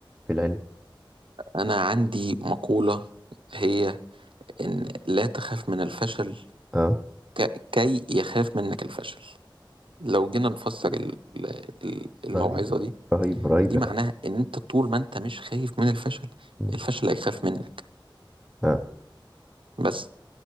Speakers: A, in the centre; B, on the right.
A: في العلم؟
B: أنا عندي مقولة هي إن لا تخاف من الفشل
A: اه
B: ك- كي يخاف منك الفشل لو جينا نفسر ال- ال- الموعظة
A: رهيب
B: دي
A: رهيب رهيب
B: دي
A: يا
B: معناها ان انت طول ما انت مش خايف من الفشل
A: فندم
B: الفشل هيخاف منك
A: اه
B: بس